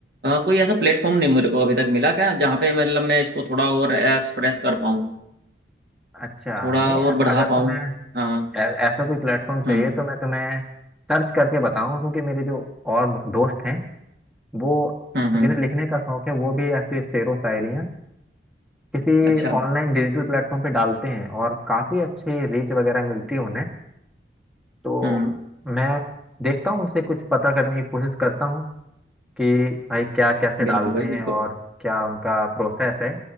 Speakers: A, on the right (about 60°); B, in the centre.
A: कोई ऐसा प्लेटफॉर्म नहीं मुझे को अभी तक मिला क्या जहाँ पे मतलब मैं इसको थोड़ा और एक्सप्रेस कर पाऊँ
B: अच्छा
A: थोड़ा
B: नहीं
A: और
B: ऐस-
A: बढ़ा
B: अगर
A: पाऊँ
B: तुम्हें
A: हाँ
B: ऐ- ऐसा कोई प्लेटफॉर्म चाहिए
A: हम्म
B: तो मैं तुम्हें सर्च करके बताऊं क्योंकि मेरे जो और दोस्त हैं वो
A: हम्म हम्म
B: जिन्हें लिखने का शौक है वो भी ऐसे शेरो शायरी किसी
A: अच्छा
B: ऑनलाइन डिजिटल प्लेटफॉर्म पे डालते हैं और काफ़ी अच्छी रीच वगैरह मिलती है उन्हें तो
A: हम्म
B: मैं देखता हूँ उनसे कुछ पता करने की कोशिश करता हूँ कि भाई क्या कैसे डालते
A: बिल्कुल भाई
B: हैं
A: बिल्कुल
B: और क्या उनका प्रोसेस है